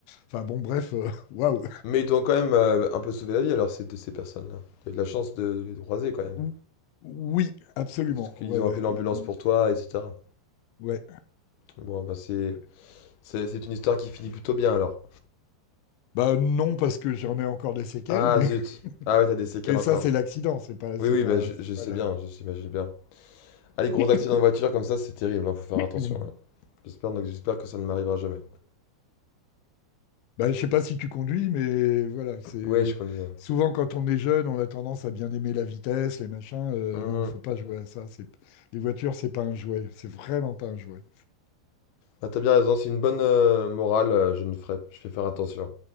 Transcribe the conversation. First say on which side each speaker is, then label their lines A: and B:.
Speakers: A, on the left; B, on the left.
A: Enfin, bon, bref, euh, <laughs> waouh.
B: Mais ils t'ont quand même euh, un peu sauvé la vie alors ces, de ces personnes-là. T'as eu de la chance de, de les croiser quand même.
A: Ou- Oui, absolument.
B: Parce qu'ils
A: Ouais,
B: ont
A: ouais,
B: appelé l'ambulance
A: ils ont
B: pour
A: été-
B: toi, etc.
A: Ouais,
B: Bon, bah c'est,
A: ouais.
B: c'est, c'est une histoire qui finit plutôt bien alors.
A: Bah non, parce que j'en ai encore des séquelles,
B: Ah
A: mais,
B: zut.
A: <laughs>
B: Ah ouais, t'as des séquelles
A: mais
B: encore.
A: ça, c'est l'accident, c'est pas,
B: Oui,
A: c'est
B: oui,
A: pas,
B: bah je,
A: c'est
B: je
A: pas
B: sais
A: la...
B: bien, je s'imagine bien. Ah, les gros
A: <coughs>
B: accidents de voiture comme ça, c'est terrible, hein, faut faire attention.
A: Mhm.
B: hein. J'espère, donc, j'espère que ça ne m'arrivera jamais.
A: Bah, je sais pas si tu conduis, mais voilà, c'est...
B: Oui, je conduis.
A: Souvent, quand on est jeune, on a tendance à bien aimer la vitesse, les machins. euh,
B: Mhm.
A: non, faut pas jouer à ça. C'est... Les voitures, c'est pas un jouet. C'est vraiment pas un jouet.
B: Bah, t'as bien raison, c'est une bonne euh, morale, euh, je ne ferai, je vais faire attention.